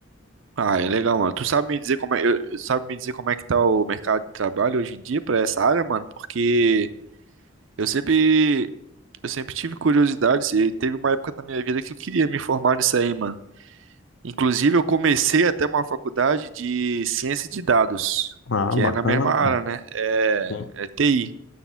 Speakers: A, on the right; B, on the left.
A: ah, é legal, mano. Tu sabe me dizer como é, eu- sabe me dizer como é que tá o mercado de trabalho hoje em dia pra essa área, mano? Porque eu sempre, eu sempre tive curiosidade e teve uma época da minha vida que eu queria me formar nisso aí, mano. Inclusive, eu comecei até uma faculdade de ciência de dados,
B: Ah,
A: que
B: bacana,
A: é na mesma área,
B: pô.
A: né? É,
B: Sim.
A: é TI.